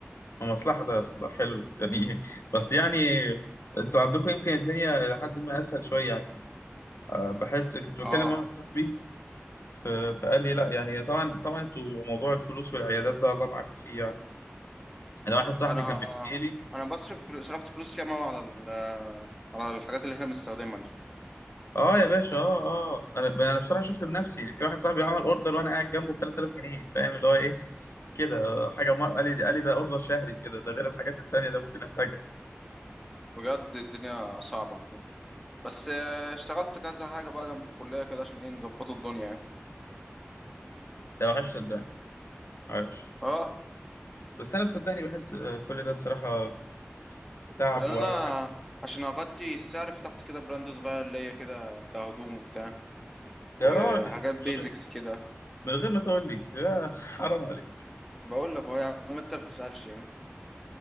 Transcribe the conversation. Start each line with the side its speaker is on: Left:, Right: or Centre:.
Left: مصلحة ده يا اسطى ده حلو ده. يعني <laughs> إيه؟ بس يعني أنتوا عندكم يمكن الدنيا لحد ما أسهل شوية يعني آه، بحس كنت بكلم
Centre: اه
Left: واحد صاحبي ف- فقال لي لا يعني طبعا طبعا انتوا موضوع الفلوس والعيادات ده الله معاكم فيه يعني انا واحد صاحبي
Centre: انا
Left: كان بيحكي لي
Centre: انا بصرف فلو- صرفت فلوس ياما أوي على ال- على الحاجات اللي احنا بنستخدمها دي
Left: اه يا باشا اه اه انا انا بصراحه شفت بنفسي في واحد صاحبي عمل اوردر وانا قاعد جنبه ب 3000 جنيه فاهم اللي هو ايه كده آه، حاجه مر... قال لي قال لي ده اوردر شهري كده ده غير الحاجات التانيه ده ممكن احتاجها
Centre: بجد الدنيا صعبة عندنا بس آه، اشتغلت كذا حاجة بقى جنب الكلية كده عشان ايه نظبطوا الدنيا يعني
Left: ده عاش صدقني عاش
Centre: اه
Left: بس انا بصدقني بحس آه، كل ده بصراحه تعب
Centre: يعني
Left: ووجع
Centre: انا عشان اغطي السعر فتحت كده براند صغير ليا كده بتاع هدوم وبتاع
Left: يا
Centre: وحاجات
Left: راجل
Centre: بيزكس
Left: من غير
Centre: كده
Left: من غير ما تقول لي يا حرام عليك
Centre: بقول لك اهو يا عم انت بتسألش يعني